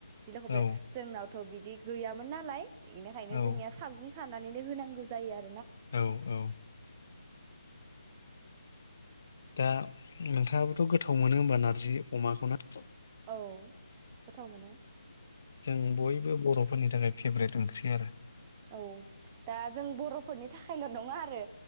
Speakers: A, on the right; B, on the left.
A: <unintelligible>
B: औ
A: जोंनाव थ बि बिदि गैयामोन नालाय। बेनिखायनो
B: औ
A: जोंनिया सागुं सानानैनो होनांगौ जायो आ
B: औ औ दा नोंथाङाबोथ गोथाव मोनो होमबा नारजि अमाखौ ना।
A: औ गोथाव मोनो
B: जों बयबो बर'फोरनि थाखाय फेभरेट ओंख्रि आरो
A: । औ दा जों ब रफोरनि थाखायल नङा आरो।